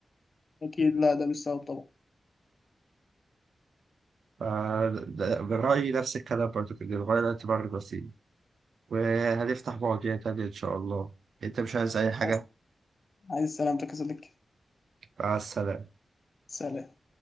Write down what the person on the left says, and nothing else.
أكيد لا ده مش سبب طبعا
عايز عايز سلامتك يا صديقي
سلام